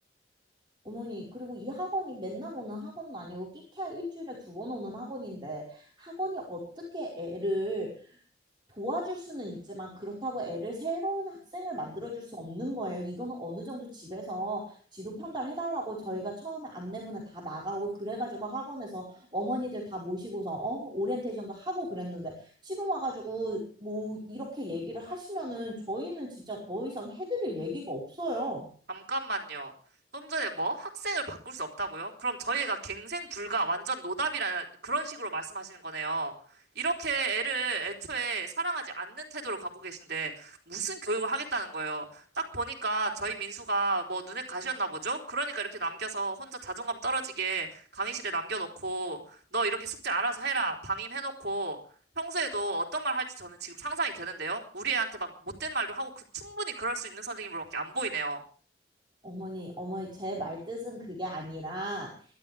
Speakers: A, on the right; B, on the right.
A: 어머니, 그리고 이 학원이 맨날 오는 학원은 아니고 끼케야 일주일에 두 번 오는 학원인데 학원이 어떻게 애를 도와줄 수는 있지만 그렇다고 애를 새로운 학생을 만들어줄 수 없는 거예요. 이거는 어느 정도 집에서 지도 편달해달라고 저희가 처음에 안내문에 다 나가고 그래가지고 학원에서 어머니들 다 모시고서 어? 오리엔테이션도 하고 그랬는데 지금 와가지고 뭐 이렇게 얘기를 하시면은 저희는 진짜 더 이상 해드릴 얘기가 없어요.
B: 잠깐만요. 좀 전에 뭐? 학생을 바꿀 수 없다고요? 그럼 저희가 갱생 불가, 완전 노답이라는 그런 식으로 말씀하시는 거네요. 이렇게 애를 애초에 사랑하지 않는 태도를 갖고 계신데 무슨 교육을 하겠다는 거예요? 딱 보니까 저희 민수가 뭐 눈에 가시였나 보죠? 그러니까 이렇게 남겨서 혼자 자존감 떨어지게 강의실에 남겨놓고 너 이렇게 숙제 알아서 해라 방임해놓고 평소에도 어떤 말 할지 저는 지금 상상이 되는데요. 우리 애한테 막 못된 말도 하고 그 충분히 그럴 수 있는 선생님으로밖에 안 보이네요.
A: 어머니, 어머니, 제 말뜻은 그게 아니라